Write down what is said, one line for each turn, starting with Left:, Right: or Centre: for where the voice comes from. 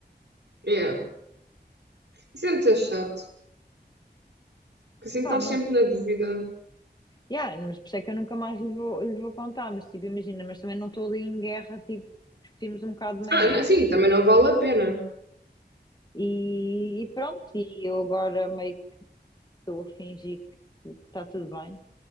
Right: Yeah. Isso é muito chato, porque assim
Left: Pá,
Right: estás
Left: não
Right: sempre
Left: sei.
Right: na dúvida.
Left: Yeah, mas por isso é que eu nunca mais lhe vou, lhe vou contar, mas tipo, imagina, mas também não estou ali em guerra, tipo, discutimos um bocado de manhã.
Right: Ah, não- sim, também não vale a pena.
Left: E, e pronto, e eu agora meio que estou a fingir que que está tudo bem.